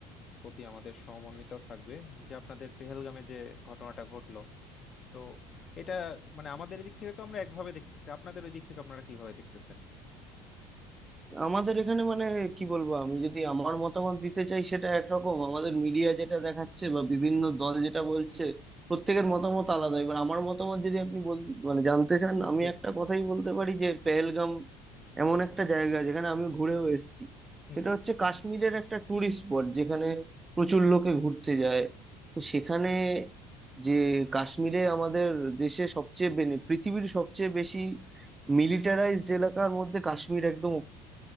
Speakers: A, on the left; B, on the right.
A: প্রতি আমাদের সহমর্মিতাও থাকবে যে আপনাদের পেহেলগামে যে ঘটনাটা ঘটলো তো এটা মানে আমাদের এদিক থেকে তো আমরা একভাবে দেখতেছি আপনাদের ওই দিক থেকে আপনারা কিভাবে দেখতেছেন
B: আমাদের এখানে মানে কি বলবো আমি যদি আমার মতামত দিতে চাই সেটা একরকম আমাদের মিডিয়া যেটা দেখাচ্ছে বা বিভিন্ন দল যেটা বলছে প্রত্যেকের মতামত আলাদা এবার আমার মতামত যদি আপনি বল- মানে জানতে চান আমি
A: জি
B: একটা
A: জি
B: কথাই বলতে পারি যে পেহেলগাম এমন একটা জায়গা যেখানে আমি ঘুরেও এসেছি
A: হুম
B: সেটা
A: হুম।
B: হচ্ছে কাশ্মীরের একটা ট্যুরিস্ট স্পট যেখানে প্রচুর লোকে ঘুরতে যায় তো সেখানে যে কাশ্মীরে আমাদের দেশে সবচেয়ে বেনে পৃথিবীর সবচেয়ে বেশি মিলিটারাইজড এলাকার মধ্যে কাশ্মীর একদম